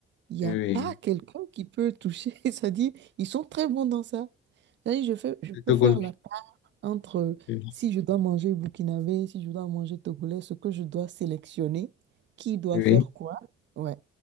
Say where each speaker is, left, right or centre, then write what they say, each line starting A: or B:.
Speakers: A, on the right; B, on the left.
A: Il n'y
B: oui.
A: a
B: oui.
A: pas quelqu'un qui peut toucher. <laughs> ça dit ils sont très bons dans ça. C'est-à-dire, je fais, je
B: C'est
A: peux
B: tout
A: faire
B: cool.
A: la part entre
B: Oui.
A: si je dois manger burkinabé, si je dois manger togolais, ce que je dois sélectionner, qui doit
B: oui.
A: faire quoi. Ouais.